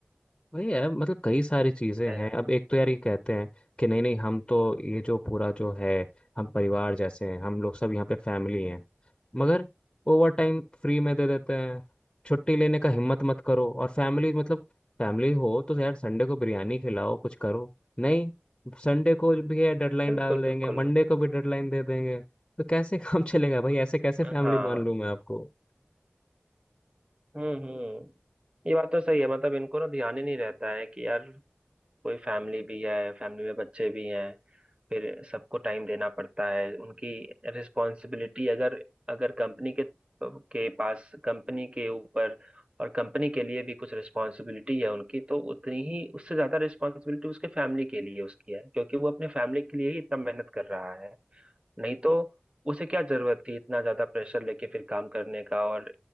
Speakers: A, on the left (about 25°); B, on the right (about 30°).
A: वही है मतलब कई सारी चीजें
B: है
A: हैं
B: ना।
A: अब एक तो यार ये कहते हैं कि नहीं नहीं हम तो ये जो पूरा जो है हम परिवार जैसे हैं हम लोग सब यहाँ पे फैमिली हैं मगर ओवर टाइम फ्री में दे देते हैं छुट्टी लेने का हिम्मत मत करो और फैमिली मतलब फैमिली हो तो यार संडे को बिरयानी खिलाओ कुछ करो नहीं संडे को भी है डेडलाइन
B: बिल्कुल
A: डाल देंगे
B: बिल्कुल
A: मंडे को भी डेडलाइन दे देंगे तो कैसे <laughs> काम चलेगा भाई ऐसे कैसे
B: हाँ
A: फैमिली मान लूं मैं आपको
B: हम्म हम्म ये बात तो सही है मतलब इनको ना ध्यान ही नहीं रहता है कि यार कोई फैमिली भी है फैमिली में बच्चे भी हैं फिर सबको टाइम देना पड़ता है उनकी रिस्पॉन्सिबिलिटी अगर अगर कंपनी के के पास कंपनी के ऊपर और कंपनी के लिए भी कुछ रिस्पॉन्सिबिलिटी है उनकी तो उतनी ही उससे ज्यादा रिस्पॉन्सिबिलिटी उसके फैमिली के लिए उसकी है क्योंकि वो अपने फैमिली के लिए ही इतना मेहनत कर रहा है नहीं तो उसे क्या जरूरत थी इतना ज्यादा प्रेशर लेके फिर काम करने का और